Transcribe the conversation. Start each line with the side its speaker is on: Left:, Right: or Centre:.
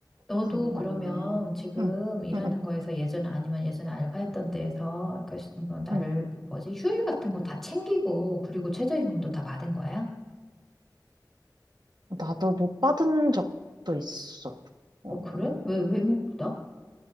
Centre: 너도
Right: 고생이
Centre: 그러면
Right: 많네.
Centre: 지금
Right: 응,
Centre: 일하는
Right: 응, 응,
Centre: 거에서 예전 아니면 예전에 알바했던 때에서 그러니까 시- 뭐날
Right: 응.
Centre: 뭐지 휴일 같은 거 다 챙기고 그리고 최저임금도 다 받은 거야?
Right: 나도 못 받은 적도 있어. 어,
Centre: 어 그래? 왜 왜 못 받아?